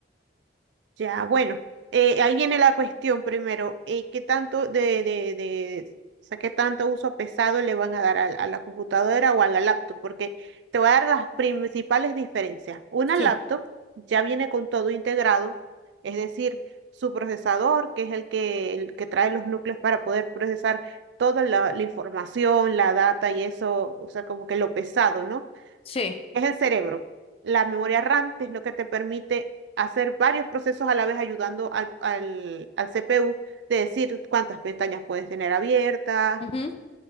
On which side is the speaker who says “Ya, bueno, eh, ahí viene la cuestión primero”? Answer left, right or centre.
Right